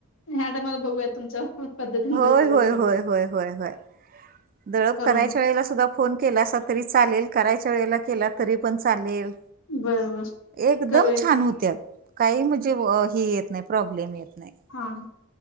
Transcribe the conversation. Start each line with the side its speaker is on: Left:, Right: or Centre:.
Left: मॅडम आता बघुया तुमच्या पद्धतीने
Right: होय,
Left: रेसिपी
Right: होय,
Left: करून.
Right: होय, होय, होय, होय. दळप
Left: करून
Right: करायच्या
Left: बघ
Right: वेळेला सुद्धा. फोन केलासा तरी चालेल, करायच्या वेळेला केला तरी पण चालेल.
Left: बर बर
Right: एकदम
Left: करूया
Right: छान
Left: की
Right: होत्यात. काही म्हणजे हे, येत नाय प्रॉब्लेम येत नाय.
Left: हा.